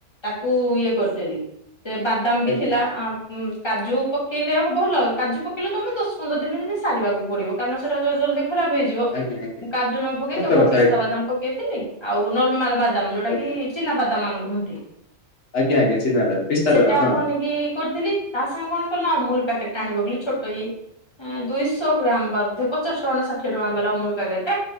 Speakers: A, on the left; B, on the left.
A: ତାକୁ ଇ କରିଦେଲିବା ଦମ୍ ବି
B: ଆଜ୍ଞା
A: ଥିଲା ଆ ହୁଁ କାଜୁ ପକେଇଲେ ହ ଭଲ କାଜୁ ପକେଇଲେ ତମେ ଦଶ ପନ୍ଦର ଦିନେ ଯିନ୍ତି ସାରିବାକୁ ପଡିବ। କାରଣ ସେଟା ତ ଜଲଦି ଖରାପ ହେଇ ଯିବ
B: ଆଜ୍ଞା ଆଜ୍ଞା
A: ମୁଁ କାଜୁ ନ ପକେଇ
B: ସତ
A: କେବଳ
B: କଥା
A: ପିସ୍ତା
B: ଏଇଟା
A: ବାଦାମ ପକେଇଥିଲି ଆଉ ନର୍ମାଲ ବାଦାମ ଯୋଉଟା
B: ଆଜ୍ଞା
A: କି ଚିନାବାଦାମ ଆମେ କୁହନ୍ତି
B: ଆଜ୍ଞା ଆଜ୍ଞା ଚିନା ବାଦାମ ପିସ୍ତା
A: ସେଟା
B: ବାଦାମ ହଁ
A: ବନେଇକି କରିଥିଲି ତା ସାଙ୍ଗେ କଣ କଲିନା ଅମୁଲ ପାକେଟ ଟେ ଆଣିକି ପକେଇଲି ଛୋଟ ଇଏ ଏଁ ଦୁଇଶହ ଗ୍ରାମ ବାଧେ ପଚାଶ ଟଙ୍କା ନା ଷାଠିଏ ଟଙ୍କା ବାଲା ଅମୁଲ ପ୍ୟାକେଟଟେ।